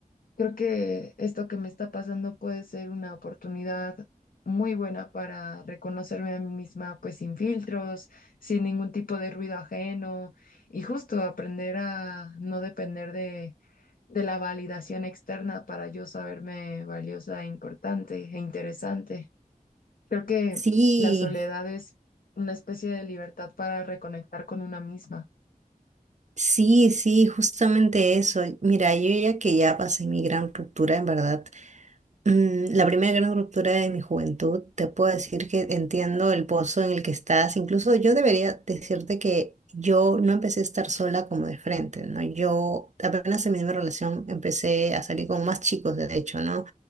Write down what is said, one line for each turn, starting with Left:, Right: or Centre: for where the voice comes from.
Left: Creo que esto que me está pasando puede ser una oportunidad muy buena para reconocerme a mí misma pues sin filtros, sin ningún tipo de ruido ajeno y justo aprender a no depender de, de la validación externa para yo saberme valiosa, importante e interesante. Creo que
Right: Sí.
Left: la soledad es una especie de libertad para reconectar con una misma.
Right: Sí, sí, justamente eso. Mira, yo ya que ya pasé mi gran ruptura, en verdad, Mm, La primera gran ruptura de mi juventud, te puedo decir que entiendo el pozo en el que estás. Incluso yo debería decirte que yo no empecé a estar sola como de frente, ¿no? Yo apenas en mi misma relación empecé a salir con más chicos, de hecho, ¿no?